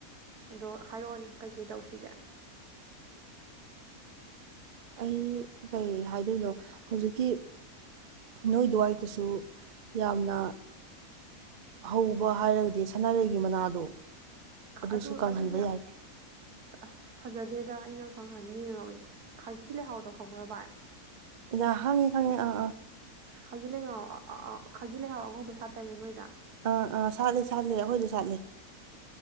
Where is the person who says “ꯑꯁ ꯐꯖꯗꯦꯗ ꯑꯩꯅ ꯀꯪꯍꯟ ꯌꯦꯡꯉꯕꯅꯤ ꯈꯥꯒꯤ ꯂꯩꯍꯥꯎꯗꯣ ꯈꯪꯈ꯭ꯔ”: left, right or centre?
Right